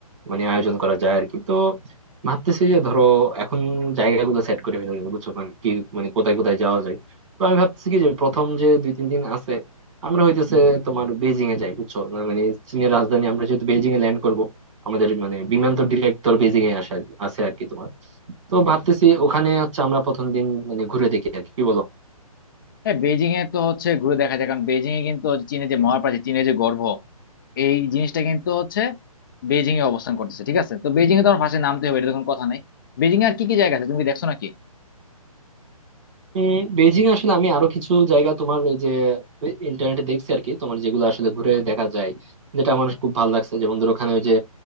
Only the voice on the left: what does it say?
হ্যাঁ বেজিং এ তো হচ্ছে ঘুরে দেখা যায় কারণ বেজিং এ কিন্তু হচ্ছে চীনের যে মহাপ্রাচীর চীনের যে গর্ভ এই জিনিসটা কিন্তু হচ্ছে বেজিং এ অবস্থান করতেছে ঠিক আছে তো বেজিং এ তো আমার ফার্স্টে নামতে হবে এটা তো কোনো কথা নাই বেজিং এ আর কি কি জায়গা আছে তুমি কি দেখছো নাকি <laughs>